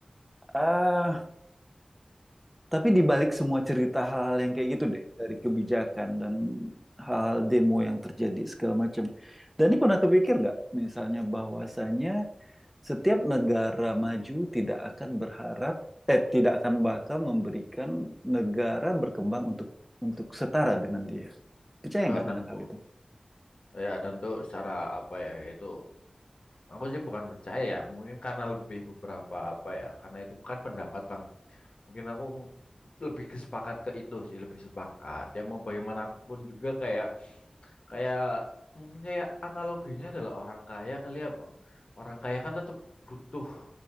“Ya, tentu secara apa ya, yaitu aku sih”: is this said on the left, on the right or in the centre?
Left